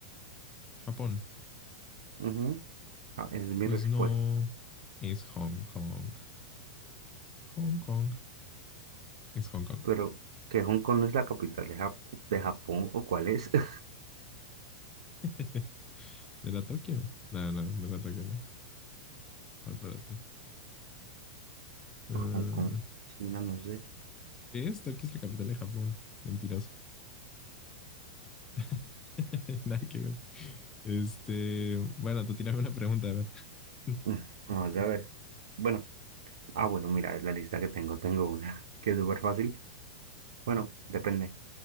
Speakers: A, on the left; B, on the right.
A: Japón.
B: Ujú. Ja- esa es mi
A: Pues
B: respuesta.
A: no, es Hong Kong. Hong Kong es Hong Kong.
B: Pero, ¿que Hong Kong no es la capital de Jap- de Japón o cuál es? <laughs>
A: <laughs> ¿No era Tokio? No, no, no era Tokio, no. Espérate. Ah,
B: Pues con, con China, no sé.
A: ¿Ves? Tokio es la capital de Japón. Mentiroso. <laughs> Nada que ver. Este, bueno, tú tírame una pregunta, a ver. <laughs>
B: Mm, Vamos a ver. Bueno, ah, bueno, mira, la lista que tengo, tengo una <laughs> que es súper fácil. Bueno, depende.